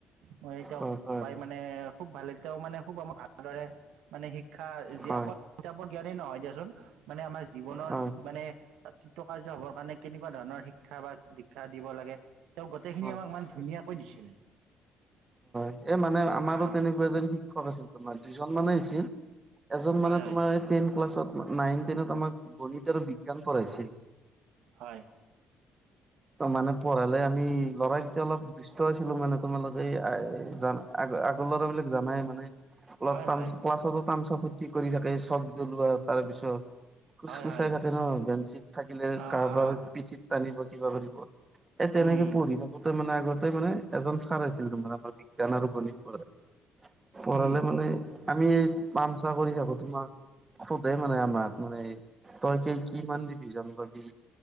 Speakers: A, on the right; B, on the right.
A: মই তেওঁক
B: হয় হয়
A: পাই মানে খুব ভাল তেওঁ মানে খুব আমাক ভালদৰে মানে শিক্ষা যি
B: হয়
A: অকল কিতাপৰ জ্ঞানেই নহয় দিয়াচোন মানে আমাৰ জীৱনৰ
B: হয়
A: মানে কৃতকাৰ্য হবৰ কাৰণে কেনেকুৱা ধৰণৰ শিক্ষা বা দীক্ষা দিব লাগে তেওঁ গোটেইখিনি
B: হয়
A: আমাক ইমান
B: হয়
A: ধুনীয়াকৈ দিছিল
B: এ মানে আমাৰো
A: আহ
B: তেনেকুৱা এজন শিক্ষক আছিল তোমাৰ দুজন মানে আছিল এজন
A: হয়
B: মানে তোমাৰ এ টেন ক্লাছত নাইন টেনত আমাক গণিত আৰু বিজ্ঞান পঢ়াইছিল
A: হয়
B: মানে পঢ়ালে আমি ল'ৰাকেইটা অলপ দৃষ্ট আছিলো মানে তোমালোকে জানা আগ আগৰ ল'ৰাবিলাক জানাই মানে অলপ
A: হয় হয়
B: টাম ক্লাছতো টাম কি কৰি থাকে চব জ্বলোৱা তাৰপিছত ফুচফুচাই
A: হয় হয় হয়
B: থাকে ন বেঞ্চিত থাকিলে
A: আহ
B: কাৰোবাৰ
A: আহ
B: পিঠিত টানিব কিবা কৰিব এ তেনেক
A: উম উম
B: পঢ়িলো আগতে মানে আগতে মানে এজন ছাৰ আছিল তাৰে আমাৰ বিজ্ঞান আৰু গণিত পঢ়াই পঢ়ালে
A: উম
B: মানে আমি এই পামচা কৰি থাকো তোমাক সোধে মানে আমাক মানে তই কি কিমান দিবিজান পাবি